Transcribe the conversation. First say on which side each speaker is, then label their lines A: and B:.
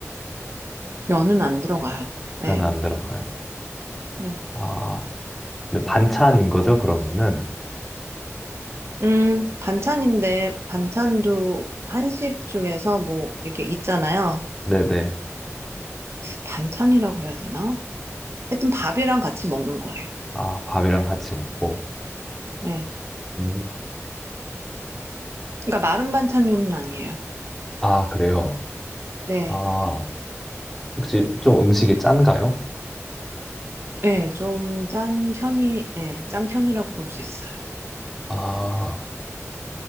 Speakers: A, on the right; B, in the centre.
A: 면은 안 들어가요. 네.
B: 면 안 들어가요.
A: 네.
B: 아, 근데 반찬인 거죠, 그러면은?
A: 음, 반찬인데 반찬도 한식 중에서 뭐 이렇게 있잖아요.
B: 네네.
A: 반찬이라고 해야 되나? 하여튼 밥이랑 같이 먹는 거예요.
B: 아, 밥이랑 같이 먹고.
A: 네.
B: 음.
A: 그러니까 마른 반찬류는 아니에요.
B: 아, 그래요?
A: 네.
B: 아, 혹시 좀 음식이 짠가요?
A: 네, 좀 짠 편이, 네, 짠 편이라고 볼 수 있어요.
B: 아,